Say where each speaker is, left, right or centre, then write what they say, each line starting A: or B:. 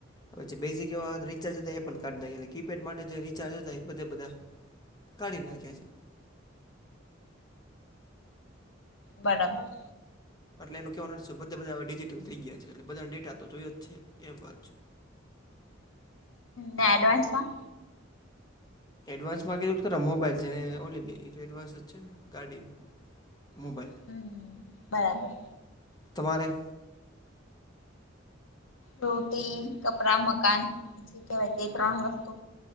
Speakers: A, on the left; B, on the left.
A: પછી બેસિક એવા રિચાર્જ એ પણ કઢ ના કીપેડ માટે જે રિચાર્જ હતા એ બધે બધા કાઢી નાખ્યા છે
B: બરાબર.
A: એટલે એનું કહેવાનું છે બધા બધા ડિજિટલ થઈ ગયા છે એટલે બધાના ડેટા તો જોયો જ છે એ વાત છે
B: ને એડવાન્સમાં
A: એડવાન્સ માં કીધું તો ખરા મોબાઈલ છે ને ઓલીબે તો એડવાન્સ જ છે ને ગાડી મોબાઈલ
B: હમ્મ બરાબર
A: તમારે
B: રોટી કપડા મકાન પછી કહેવાય તે ત્રણ વસ્તુ